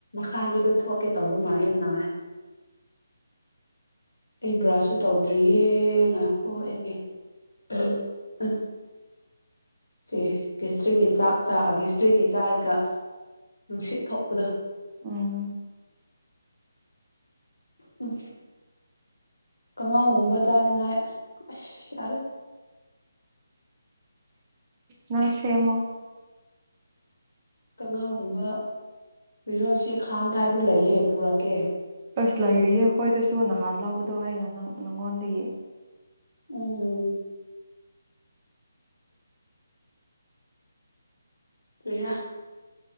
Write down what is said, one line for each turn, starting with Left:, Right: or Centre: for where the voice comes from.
Left: ꯈꯥꯒꯤꯗꯣ ꯊꯣꯛꯀꯦ ꯇꯧꯕ ꯃꯥꯜꯂꯦ ꯅꯥ ꯑꯩ ꯕ꯭ꯔꯁꯁꯨ ꯇꯧꯗ꯭ꯔꯤꯌꯦ ꯉꯥꯏꯈꯑꯣ ꯑꯩꯒꯤ ꯑ ꯑ ꯆꯦ ꯀꯦꯁꯇ꯭ꯔꯤꯒꯤ ꯆꯥꯛ ꯆꯥꯛꯑꯒꯦ ꯁꯤꯇꯔꯤꯒꯤ ꯆꯥꯔꯒ ꯅꯨꯡꯁꯤꯠ ꯊꯣꯛꯄꯗ
Right: ꯎꯝ
Left: ꯎꯝ ꯀꯥꯡꯉꯥꯎꯒꯨꯝꯕ ꯆꯥꯅꯤꯡꯉꯥꯏ ꯑꯁ ꯌꯥꯔꯦ
Right: ꯅꯪ ꯁꯦꯃꯣ
Left: ꯀꯥꯡꯉꯥꯎꯒꯨꯝꯕ ꯔꯣꯁꯤ ꯈꯥꯟ ꯊꯥꯏꯗꯣ ꯂꯩꯌꯦ ꯄꯨꯔꯛꯀꯦ
Right: ꯑꯁ ꯂꯩꯔꯤꯌꯦ ꯈ꯭ꯋꯥꯏꯗꯁꯨ ꯅꯍꯥꯟ ꯂꯥꯎꯕꯗꯣ ꯑꯩꯅ ꯅꯪ ꯅꯪꯉꯣꯟꯗꯒꯤ
Left: ꯎꯝ ꯄꯖꯥ